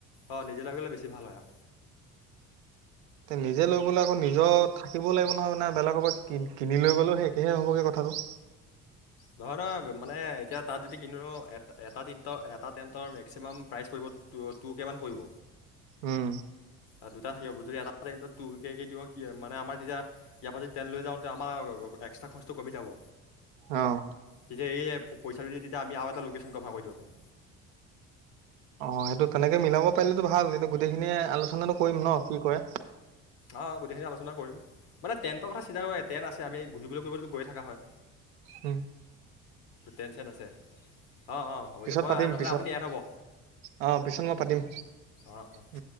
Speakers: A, on the left; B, on the right.
A: অঁ নিজে লৈ গ'লে বেছি ভাল হয় অ।
B: তে নিজে লৈ গলে আকৌ নিজৰ থাকিব লাগিব নহয় মানে বেলেগৰ পৰা কি কিনি লৈ গলে একে হ'বগৈ কথাটো।
A: নহয় নহয় মানে এতিয়া তাত যদি কিনো এ এটা টেণ্টৰ এটা টেণ্টৰ মেক্সিমাম প্ৰাইচ পৰিব ট টু কে মান পৰিব।
B: উম।
A: আৰু দুটা থাকিব যদি এটা ৰেঞ্জত টু কেকে দিওঁ কি মানে আমাৰ তেতিয়া ইয়াৰ পৰা যদি তেল লৈ যাওঁ তেতিয়া আমাৰ এক্সট্ৰা খৰচটো কমি যাব।
B: অহ।
A: তেতিয়া এইয়ে পইচাটো দি তেতিয়া আমি আৰু এটা লোকেশ্যন কভাৰ কৰি দিব পাৰিম।
B: অ সেইটো তেনেকে মিলাব পাৰিলেটো ভাল, কিন্তু গোটেইখিনিয়ে আলোচনাটো কৰিম ন কি কৰে।
A: অ গোটেইখিনিয়ে আলোচনা কৰিম। মানে টেণ্টৰ কৰা চিন্তা কৰে টেণ্ট আছে আমি ঘূৰিবলে কৰিবলে গৈ থকা হয়।
B: হম <inaudible>
A: তেন্ত চেণ্ট আছে অঁ অঁ হ'ব
B: পিছত
A: দিয়ক মই
B: পাতিম
A: নহ'লে
B: পিছত
A: আপুনি ইয়াত হ'ব।
B: অ পিছত মই পাতিম।
A: অ অ।
B: উম